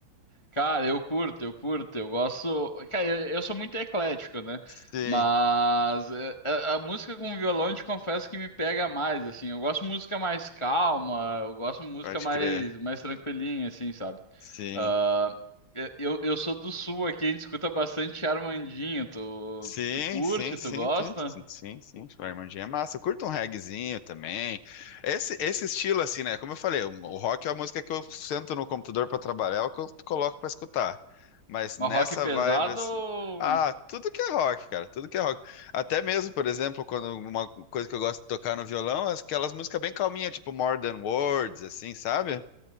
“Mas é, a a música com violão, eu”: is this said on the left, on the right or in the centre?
Left